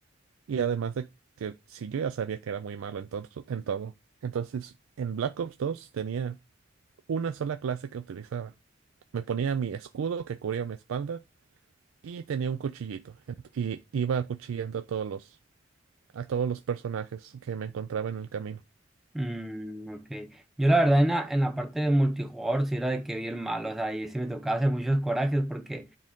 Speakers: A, on the right; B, in the centre.
A: Y además de que si yo ya sabía que era muy malo en todo, en todo. Entonces, en Black Ops dos tenía una sola clase que utilizaba. Me ponía mi escudo que cubría mi espalda y tenía un cuchillito. Ent- Y iba acuchillando a todos los, a todos los personajes que me encontraba en el camino.
B: mm, ok. Yo la verdad en la, en la parte de multijugador sí era de que vi el malo, o sea, ahí sí me tocaba hacer muchos corajes porque...